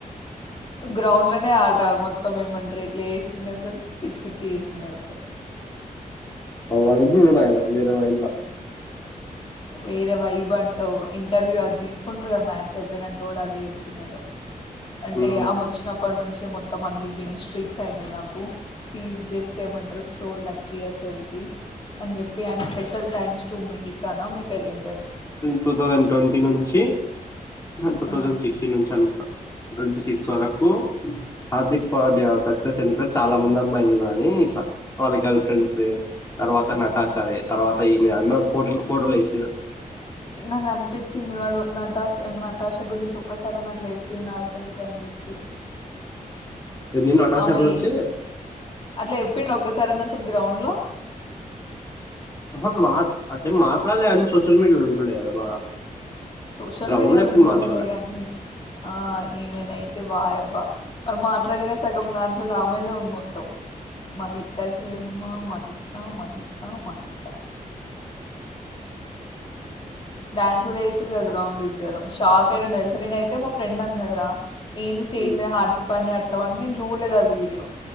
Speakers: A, on the left; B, on the left.
A: గ్రౌండ్ లోనే ఆట మొత్తం ఏమంటారు ఇట్లా చేసిండసలు పిచ్చి పిచ్చి చేసిండ అంత
B: వై <unintelligible> తాగిన వేర వైన్ల
A: వేరే వైబ్ అంటా ఇంటర్వ్యూ అది తీసుకుంటారు కదా మ్యాచ్ అయిపోయినాక కూడా అది చెబతున్నాడు అంటే
B: ఉమ్.
A: ఆమె వచ్చినప్పటి నుంచి మొత్తం అన్ని విన్ స్ట్రిక్స్ అయినాయి నాకు షీ ఐస్ జస్ట్ ఏమంటారు సో లక్కీ అసల్ కి అని చెప్పి అడ్ స్పెషల్ థ్యాంక్స్ టు మిహకానా ఆమి పేరం
B: టూ థౌజండ్ ట్వంటీ నుంచి టూ
A: ఆ
B: థౌజండ్ సిక్స్టీన్ నుంచి అనుకుంట ట్వంటీసిక్స్ వరకు హార్దిక్ పాండ్య సక్సెస్ వెనక చాలా మంది అమ్మాయిలున్నారని ఇట్లా వాళ్ళ గర్ల్ ఫ్రెండ్స్ తర్వాత నటాషదే తర్వాత ఈమె అన్న ఫోటోలు ఫోటోలు వేసిారు
A: నాకు అనిపించింది వాడు నటాష్మ నటాష్ గురించి ఒక్కసారిని అట్లా చెప్పిన అసలుగా అని చెప్పి
B: నిన్న నటాషా
A: అమె
B: గురించి
A: అట్లే చెపిండ్ ఒక్కసారి గ్రౌండ్ లో
B: ఉహుమ్ మా అంటే మాట్లాాలే అని సోషల్ మీడియాలో ఉంటుండే కదా బాగా
A: సోషల్
B: గ్రౌండ్
A: మీడియాలో
B: లో ఎప్పుడు
A: ఉంటుండలే
B: మాట్లాడలే
A: గాని ఆ ఏమైనా అయితే వాయబ్బా మ మాట్లాడిన సగం దాంట్లో లామయిద ఉంది మొత్తం మహిక శర్మ మహిక మహిక మహిక డ్యాన్స్ కూడా వేసిరు కదా ర్రౌండ్లు ఇద్దరు షాక్ అయిండి తెలుసా నేన అయితే మా ఫ్రెండ్ అన్నాదిరా ఏ స్టేజ్
B: ఉమ్,
A: హార్దిక్ పని అట్లావన్నీ చూడలేదు ఆ వీడియో